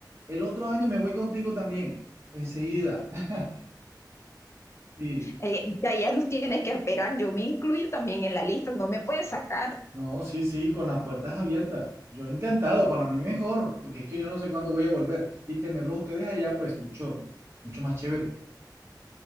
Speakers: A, on the right; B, on the left.
A: el otro año me voy contigo también, enseguida. <laughs> Sí,
B: Eh, ya, ya nos tienes que esperar, yo me incluyo también en la lista, no me puedes sacar.
A: no, sí, sí, con las puertas abiertas. Yo encantado, para mí mejor, porque es que yo no sé cuándo voy a volver. Y tenerlos ustedes allá, pues mucho, mucho más chévere.